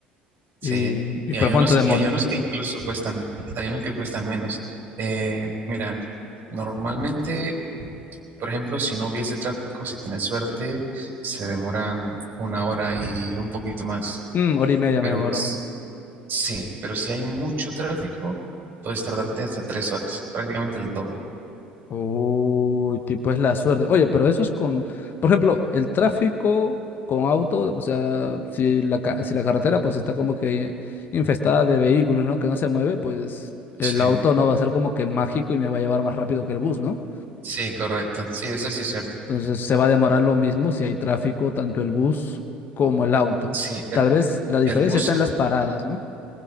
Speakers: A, on the right (about 40°); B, on the left (about 40°).
A: Sí,
B: ¿Y,
A: y
B: y por
A: hay unos,
B: cuánto demora?
A: y hay unos que incluso cuestan, hay unos que cuestan menos. Eh, mira, normalmente, por ejemplo, si no hubiese tráfico, si tenés suerte, se demoran una hora y un poquito más.
B: Mm, hora y media
A: Pero
B: me demoró.
A: s- sí, pero si hay mucho tráfico, puedes tardarte hasta tres horas, prácticamente el doble.
B: Uy, tipo es la suerte. Oye, pero eso es con, por ejemplo, el tráfico con auto, o sea, si la, ca- si la carretera pues está como que infestada de vehículos, ¿no? Que no se mueve, pues el
A: sí.
B: auto no va a ser como que mágico y me va a llevar más rápido que el bus, ¿no?
A: Sí, correcto. Sí, eso sí es cierto.
B: Entonces se va a demorar lo mismo si hay tráfico, tanto el bus como el auto.
A: Sí, el,
B: Tal vez la diferencia
A: el bus,
B: está
A: se-
B: en las paradas, ¿no?